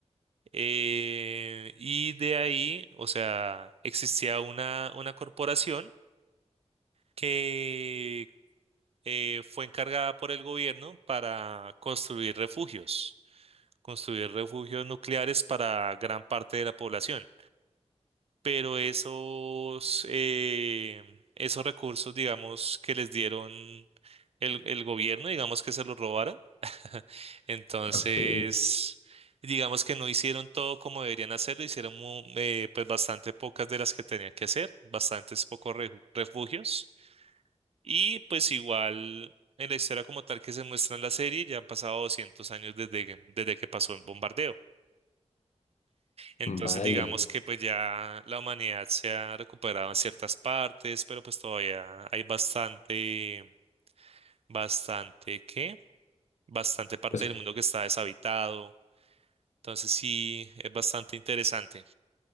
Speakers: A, on the right (about 60°); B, on the left (about 85°).
A: Eh, y de ahí, o sea, existía una, una corporación que eh, fue encargada por el gobierno para construir refugios, construir refugios nucleares para gran parte de la población. Pero esos, eh, esos recursos, digamos, que les dieron el, el gobierno, digamos que se los robaron <laughs> Entonces,
B: ok,
A: digamos que no hicieron todo como deberían hacerlo, hicieron mu- eh, pues bastante pocas de las que tenían que hacer, bastantes pocos reju- refugios. Y pues igual en la historia como tal que se muestra en la serie, ya han pasado 200 años desde, que- desde que pasó el bombardeo. Entonces,
B: vale.
A: digamos que pues ya la humanidad se ha recuperado en ciertas partes, pero pues todavía hay bastante, bastante, ¿qué? Bastante parte
B: Pues
A: del mundo que está deshabitado Entonces sí, es bastante interesante.